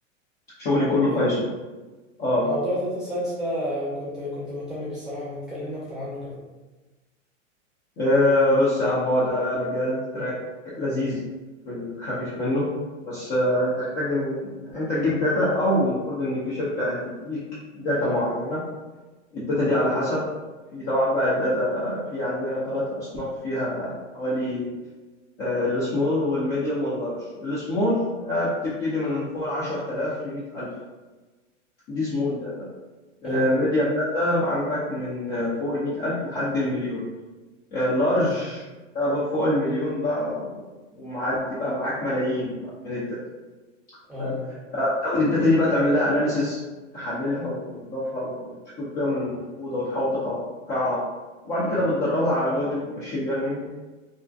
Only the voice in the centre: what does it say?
اه
بجد
موضوع الداتا ساينس ده كنت كنت مهتم بيه الصراحة ما تكلمنا اكتر عنه كده
اه
اه
اوف
اه